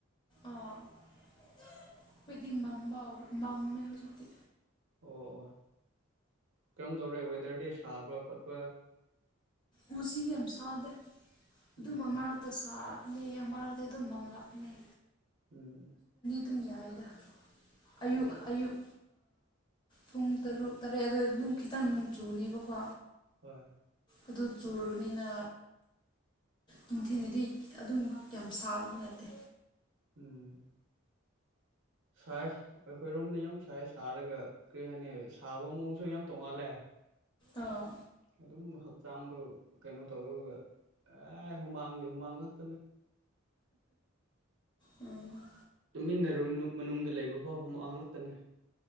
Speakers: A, on the left; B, on the right.
A: ꯑꯥ ꯑꯩꯣꯏꯗꯤ ꯃꯝꯕ ꯑꯣꯏꯕ ꯃꯝꯃꯦ ꯍꯧꯖꯤꯛꯇꯤ
B: ꯑꯣ ꯑꯣ ꯑ ꯀꯔꯝ ꯇꯧꯔꯦ ꯋꯦꯗꯔꯗꯤ ꯁꯥꯕ ꯈꯣꯠꯄ
A: ꯉꯁꯤꯗꯤ ꯌꯥꯝ ꯁꯥꯗꯦ ꯑꯗꯨ
B: ꯎꯝ
A: ꯃ ꯃꯔꯛꯇ ꯁꯥꯔ ꯂꯥꯛꯀꯅꯤ ꯃꯔꯥꯗ ꯑꯗꯨꯝ ꯃꯝꯂꯥꯛꯀꯅꯤ
B: ꯎꯝ
A: ꯑꯗꯨꯝ ꯌꯥꯏꯗ
B: ꯑꯆꯥ
A: ꯑꯌꯨ
B: ꯑꯆꯥ
A: ꯑꯌꯨꯛ ꯄꯨꯡ ꯇꯔꯨꯛ ꯇꯔꯦꯠ ꯑꯗꯨꯋꯥꯏ ꯑꯗꯨꯝ ꯈꯤꯇꯪ ꯅꯣꯡ ꯆꯨꯅꯦꯕꯀꯣ
B: ꯍꯣꯏ
A: ꯑꯗꯨ ꯆꯨꯔꯕꯅꯤꯅ ꯅꯨꯡꯊꯤꯅꯗꯤ ꯑꯗꯨꯝ ꯌꯥꯝ ꯁꯥꯕꯗꯤ ꯅꯠꯇꯦ
B: ꯎꯝ ꯁꯥꯏ ꯑꯩꯈꯣꯏꯔꯣꯝꯗꯤ ꯌꯥꯝ ꯁꯥꯏ ꯁꯥꯔꯒ ꯀꯔꯤ ꯍꯥꯏꯅꯤ ꯁꯥꯕ ꯃꯑꯣꯡꯁꯨ ꯌꯥꯝ ꯇꯣꯡꯉꯥꯜꯂꯦ
A: ꯑꯥ
B: ꯑꯗꯨꯝ ꯍ ꯍꯛꯆꯥꯡꯗꯣ ꯀꯩꯅꯣ ꯇꯧꯔꯒ ꯑꯦ ꯍꯨꯃꯥꯡꯗꯤ ꯍꯨꯃꯥꯡ ꯉꯥꯛꯛꯇꯅꯦ
A: ꯎꯝ
B: ꯇꯨꯃꯤꯟꯅꯔꯨꯝ ꯃꯅꯨꯡꯗ ꯂꯩꯕ ꯐꯥꯎꯛ ꯉ ꯉꯛꯇꯅꯦ